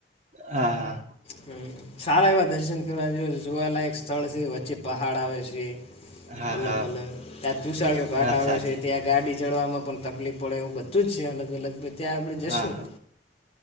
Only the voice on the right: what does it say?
હા.
હા
હા
વાત
સાચી
હા હા